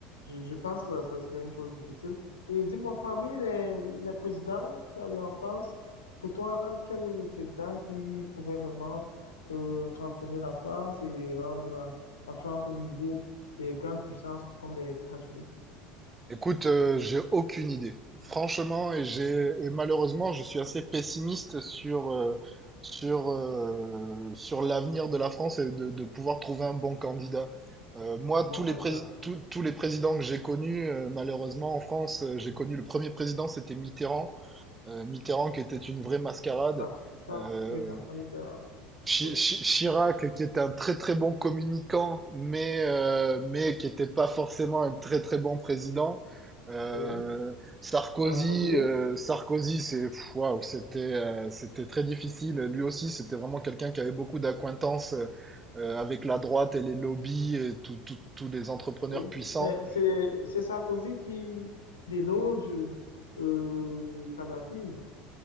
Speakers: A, on the left (about 80°); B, on the right (about 20°).
A: je, je pense que ça serait une chose difficile. Et dis-moi, parmi les, les présidents qu'il y a eu en France, pour toi, quel est le président qui pouvait vraiment euh, transformer la France et rendre la, la France au niveau des grandes puissances comme les États-Unis?
B: Écoute, euh, j'ai aucune idée. Franchement, et j'ai, et malheureusement, je suis assez pessimiste sur, euh, sur, euh, sur l'avenir de la France et de, de pouvoir trouver un bon candidat. Euh, moi,
A: un
B: tous
A: bon
B: les,
A: candidat.
B: prési- tous tous les présidents que j'ai connus, euh, malheureusement en France, euh, j'ai connu le premier président, c'était Mitterrand. euh, Mitterrand qui était une vraie mascarade,
A: Enfin, soit,
B: euh,
A: oui, François Mitterrand,
B: Chi-
A: oui,
B: Chi- Chirac qui était un très très bon communicant, mais, euh, mais qui n'était pas forcément un très très bon président. Euh,
A: oui,
B: Sarkozy,
A: Sarkozy,
B: euh, Sarkozy, c'est pff, waouh, c'était euh, c'était très difficile. Lui aussi, c'était vraiment quelqu'un qui avait beaucoup d'acquaintances euh, euh, avec la droite et les lobbies et tout- tout- tous les entrepreneurs
A: oui.
B: puissants.
A: Mais c'est, c'est Sarkozy qui déloge euh, Kadhafi,